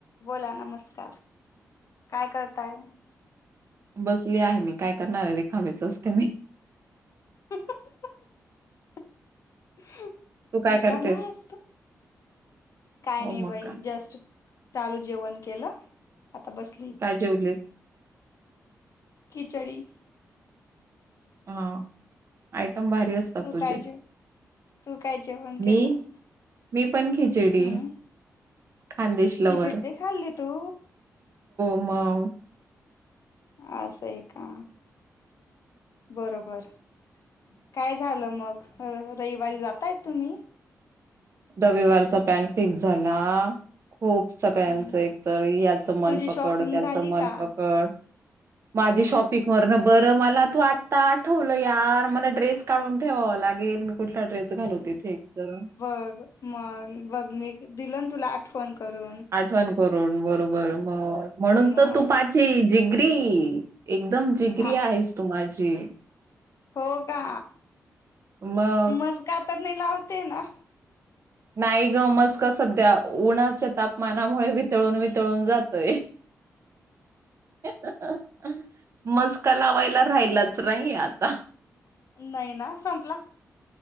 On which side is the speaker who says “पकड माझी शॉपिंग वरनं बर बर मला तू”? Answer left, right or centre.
Right